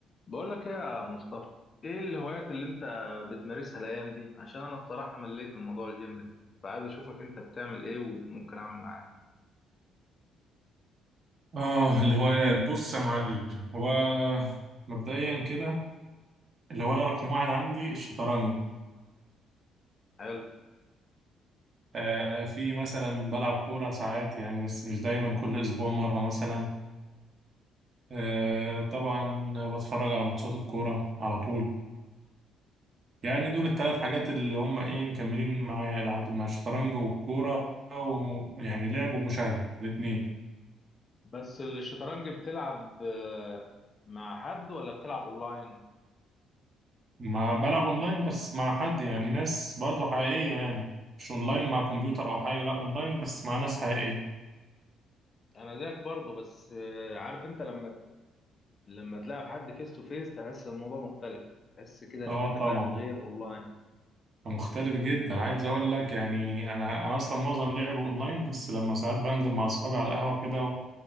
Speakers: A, on the left; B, on the right.
A: بقول لك ايه يا مصطفى ايه الهوايات اللي انت بتمارسها الايام دي عشان انا بصراحة مليت من موضوع الجيم ده فعايز اشوفك انت بتعمل ايه وممكن اعمل معاك
B: اه الهوايات بص يا معلم هو مبدئيا كده الهواية رقم واحد عندي الشطرنج
A: حلو
B: آه في مثلا بلعب كورة ساعات يعني بس مش دايما كل أسبوع مرة مثلا آه طبعا بتفرج على ماتشات الكورة على طول يعني دول التلات حاجات اللي هم ايه مكملين معايا إلى حد ما الشطرنج والكورة ويعني لعب ومشاهدة الاتنين
A: بس الشطرنج بتلعب آه، مع حد ولا بتلعب اونلاين
B: ما بلعب أونلاين بس مع حد يعني ناس برضه حقيقية يعني مش أونلاين مع كمبيوتر أو حاجة لأ أونلاين بس مع ناس حقيقية
A: انا زيك برضه بس آه، عارف انت لما لما تلعب حد فيس تو فيس تحس الموضوع مختلف تحس كده
B: اه
A: ان انت
B: طبعا
A: فاهم غير اونلاين
B: مختلف جدا عايز اقول لك يعني انا انا اصلا معظم لعبه اونلاين بس لما ساعات بنزل مع اصحابي على القهوه كده